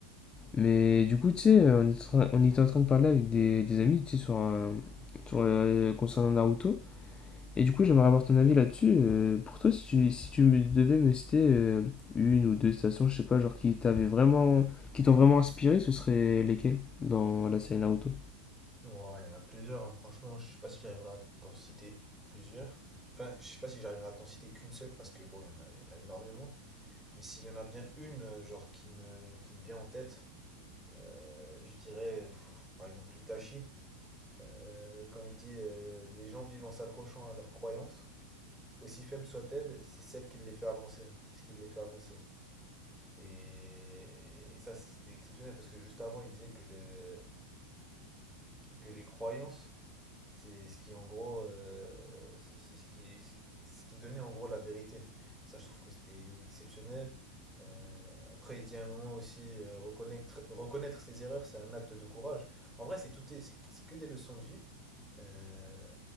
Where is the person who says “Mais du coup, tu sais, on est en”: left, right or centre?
Left